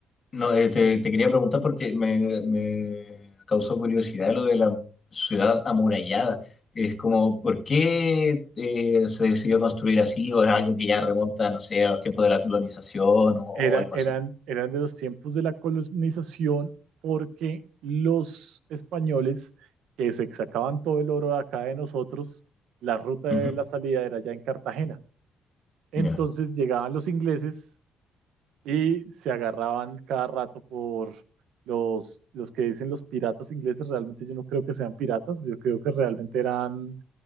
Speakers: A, on the left; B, on the right.
A: no, eh, te, te quería preguntar porque me, me causó curiosidad lo de la ciudad amurallada. Es como, ¿por qué eh, se decidió construir así? ¿O es algo que ya remonta, no sé, a los tiempos de la colonización o, o
B: Era,
A: algo
B: eran,
A: así?
B: eran de los tiempos de la colonización porque los españoles que se sacaban todo el oro de acá de nosotros, la ruta de
A: Ujú,
B: la salida era ya en Cartagena. Entonces
A: Ya,
B: llegaban los ingleses y se agarraban cada rato por los, los que dicen los piratas ingleses. Realmente yo no creo que sean piratas, yo creo que realmente eran